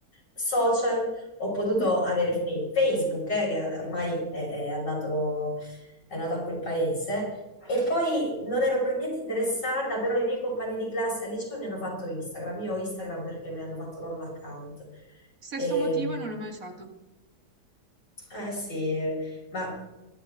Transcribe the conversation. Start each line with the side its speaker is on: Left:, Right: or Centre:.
Left: social, ho potuto
Right: Mhm.
Left: avere fe- Facebook, eh, che ormai è, è andato, è andato a quel paese. E poi non ero per niente interessata, però i miei compagni di classe al liceo mi hanno fatto Instagram. Io ho Instagram perché mi hanno fatto loro l'account.
Right: Stesso
Left: Ehm,
Right: motivo e non l'ho mai usato.
Left: eh sì, ma